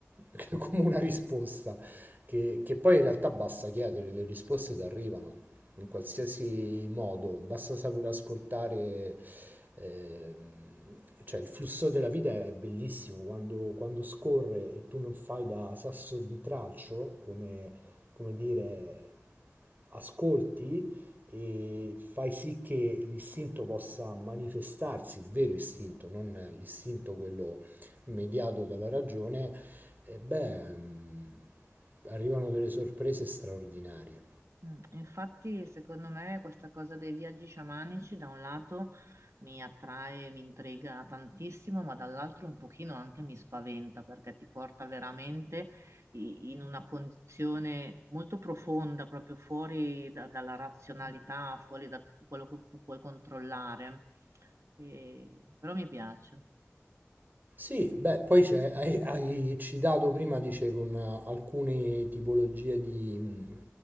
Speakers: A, on the right; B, on the right.
A: <laughs> come una risposta, che, che poi in realtà basta chiedere, le risposte ti arrivano in qualsiasi modo, basta saper ascoltare, ehm, cioè il flusso della vita è bellissimo quando, quando scorre e tu non fai da sasso d'intralcio, come, come dire, ascolti e fai sì che l'istinto possa manifestarsi, il vero istinto, non l'istinto quello mediato dalla ragione, e beh, mm, arrivano delle sorprese straordinarie.
B: Mm, Infatti, secondo me, questa cosa dei viaggi sciamanici da un lato mi attrae, mi intriga tantissimo, ma dall'altro un pochino anche mi spaventa perché ti porta veramente i- in una condizione molto profonda, proprio fuori da- dalla razionalità, fuori da tutto quello che tu puoi controllare. E- però mi piace.
A: Sì, beh, poi c'è, hai, hai citato prima, dice, con eh, alcune tipologie di, mh,